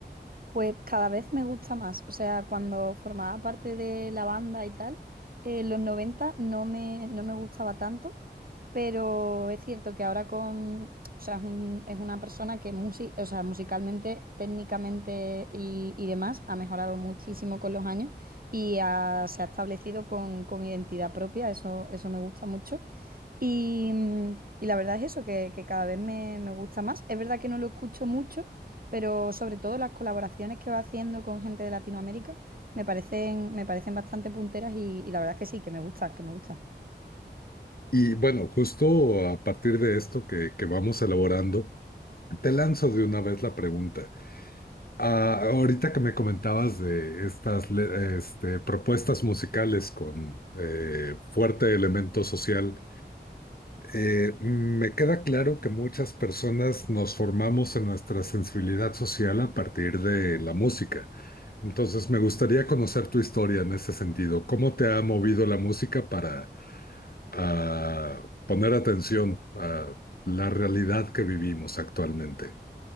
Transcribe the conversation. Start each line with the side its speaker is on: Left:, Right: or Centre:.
Right: Pues cada vez me gusta más. O sea, cuando formaba parte de la banda y tal, eh, los 90 no me, no me gustaba tanto, pero es cierto que ahora con... O sea, es un- es una persona que musi- o sea, musicalmente, técnicamente y, y demás ha mejorado muchísimo con los años y ha- se ha establecido con, con identidad propia. Eso, eso me gusta mucho. Y, mm, y la verdad es eso, que, que cada vez me, me gusta más. Es verdad que no lo escucho mucho, pero sobre todo las colaboraciones que va haciendo con gente de Latinoamérica me parecen, me parecen bastante punteras y, y la verdad es que sí, que me gusta, que me gusta.
Left: Y bueno, justo a partir de esto que, que vamos elaborando, te lanzo de una vez la pregunta. Ah, ahorita que me comentabas de estas le- este, propuestas musicales con eh, fuerte elemento social, Eh, me queda claro que muchas personas nos formamos en nuestra sensibilidad social a partir de la música. Entonces, me gustaría conocer tu historia en ese sentido. ¿Cómo te ha movido la música para ah, poner atención a la realidad que vivimos actualmente?